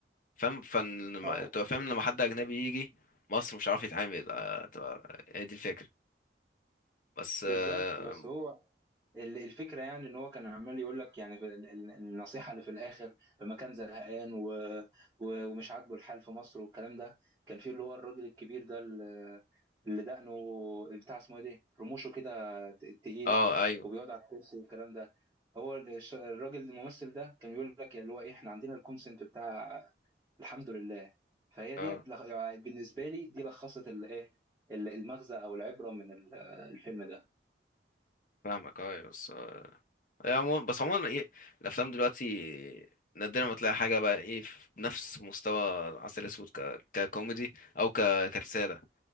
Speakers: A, on the left; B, on the right.
A: فاهم فن
B: اه
A: تبقى فاهم إن لما حد اجنبي يجي مصر مش عارف يتعامل آه، تبقى هي دي الفكرة بس
B: بالظبط
A: آه،
B: بس هو ال- الفكرة يعني ان هو كان عمال يقول لك يعني في ال- ال- النصيحة اللي في الاخر لما كان زهقان و... و... ومش عاجبه الحال في مصر والكلام ده كان في اللي هو الراجل الكبير ده اللي, اللي دقنه بتاع اسمه ايه ده رموشه كده ت- تقيلة
A: اه ايوه
B: وبيقعد على الكرسي والكلام ده هو ال- الش- الراجل الممثل ده كان بيقول لك اللي هو ايه احنا عندنا الكونسنت بتاع الحمد لله فهي
A: اه
B: ديت لخ- يعني بالنسبة لي دي لخصت الايه المغزى او العبرة من ال- الفيلم ده
A: فاهمك اه أيوة، بس آه، يعني عموما بس عموما ايه الافلام دلوقتي نادرا ما تلاقي حاجه بقى ايه في نفس مستوى عسل اسود ك... ككوميدي او ك... كرساله